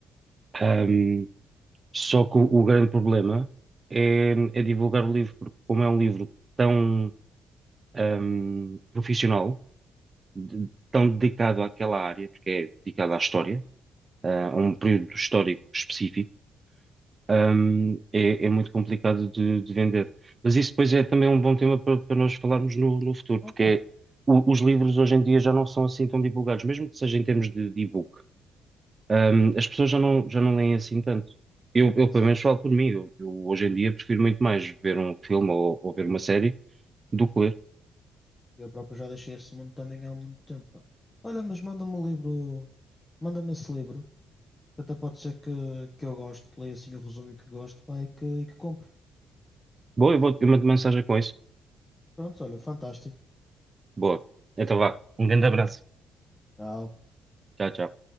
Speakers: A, on the right; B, on the left.
A: Hum, Só que o, o grande problema é, é divulgar o livro, porque como é um livro tão ahm, profissional, de- tão dedicado àquela área, porque é dedicado à história, ah, a um período histórico específico, ahm, é, é muito complicado de, de vender. Mas isso depois é também um bom tema para, para nós falarmos no, no futuro,
B: Ah,
A: porque
B: pá,
A: é- o- os livros
B: sim,
A: hoje em dia já não são assim tão divulgados, mesmo que seja em termos de, de e-book. Ahm, as pessoas já não, já não leem assim tanto. Eu, eu,
B: exato.
A: pelo menos, falo por mim. Eu, eu, hoje em dia, prefiro muito mais ver um filme ou, ou ver uma série do que ler.
B: Eu próprio já deixei esse mundo também há muito tempo, pá. Olha, mas manda-me o livro, manda-me esse livro, que até pode ser que, que eu goste, leia assim o resumo e que gosto, pá, e que, e que compre.
A: Boa, eu vou, eu mando mensagem com isso.
B: Pronto, olha, fantástico.
A: Boa. Então vá. Um grande abraço.
B: Tchau.
A: Tchau, tchau.